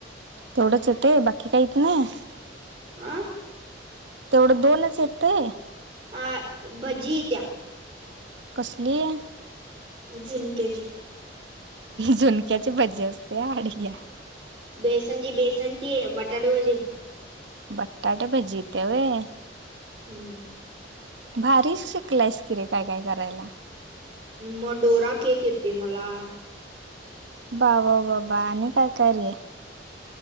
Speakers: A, on the right; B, on the right.
A: तेवढंच येते बाकी काहीत नाही.
B: आ
A: तेवढं दोनच येतय.
B: हा भज्जी येत्या
A: कसली ये
B: झुनके ची
A: झुणक्याची भाजी असते अडघ्या
B: बेसण चे बेसण चे बटाटे भजे
A: बटाटे भजी येतय होय.
B: हम्म
A: भारीच शिकलायस कि रे काय काय करायला.
B: मग डोरा केक येत मला
A: बा वा वा बा आणि काय काय र आहे.